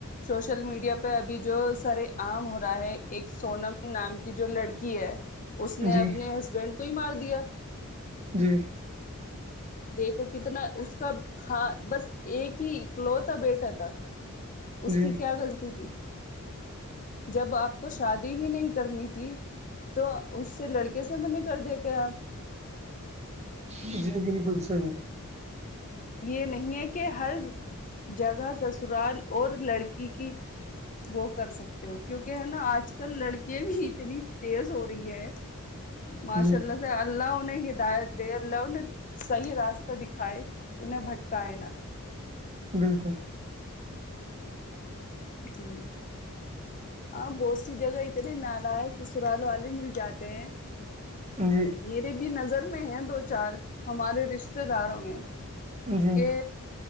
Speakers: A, on the left; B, on the right.
A: شوشل میڈیا پہ ابھی جو سارے عام ہو رہا ہے ایک سونم نام کی جو لڑکی ہے اس نے
B: جی
A: اپنے ہسبینڈ کو ہی مار دیا
B: جی
A: دیکھو کتنا اس کا کا بس ایک ہی لوتا بیٹا تھا اس
B: جی
A: کی کیا غلطی تھی جب آپ کو شادی ہی نہیں کرنی تھی تو اس سے لڑکے سے م نہیں کر دیتے آپ
B: جی بالکل صحی
A: یہ نہیں ہے کہ ہر جگہ سسرال اور لڑکی کی وہ کر سکتا ہو کیونک ہے نا آج کل لڑکیاں بھی اتنی تیز ہو رہی ہے ماشاء
B: جی
A: اللہ سے اللہہ نے ہدایت دیے اللہ نے صحیح راستہ دکھائے انہیں بھٹکائے ن
B: بالکل
A: جی ہاں بہت سی جگہ اتنے نالا سسرال والے مل جاتے ہیں
B: جی
A: میرے بھی نظر میں ہے دو چار ہمارے رشتے داروں میں
B: جی
A: کہ